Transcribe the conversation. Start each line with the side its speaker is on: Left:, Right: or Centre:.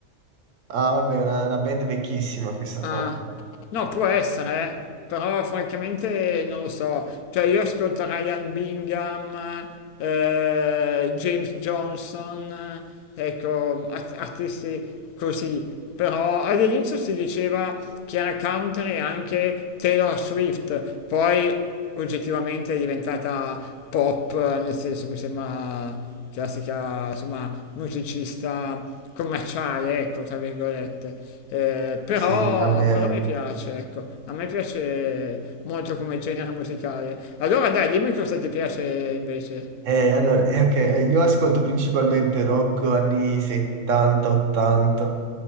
Right: Ah, vabbè, è una, una band vecchissima questa
Left: Ah,
Right: qua.
Left: no, può essere, eh. Però francamente non lo so. Cioè io ascolto Ryan Bingham, eh, James Johnson, eh, ecco, art- artisti così. Però all'inizio si diceva che era country anche Taylor Swift, poi oggettivamente è diventata pop, nel senso mi sembra classica, insomma, musicista commerciale, ecco, tra virgolette. Eh, però,
Right: Sì, vabbè.
Left: però mi piace, ecco, a me piace molto come genere musicale. Allora dai, dimmi cosa ti piace invece.
Right: Eh, allora, eh, ok, eh, io ascolto principalmente rock anni 70, 80,